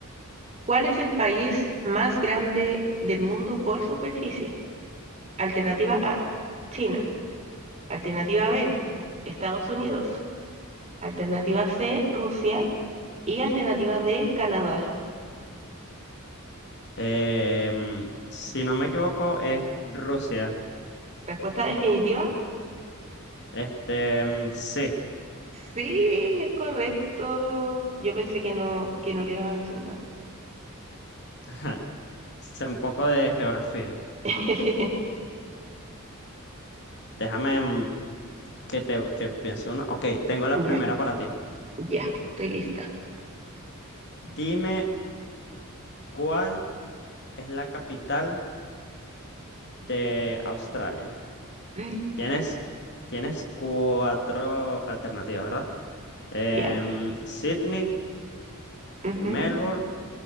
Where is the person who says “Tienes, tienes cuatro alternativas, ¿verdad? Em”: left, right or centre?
Left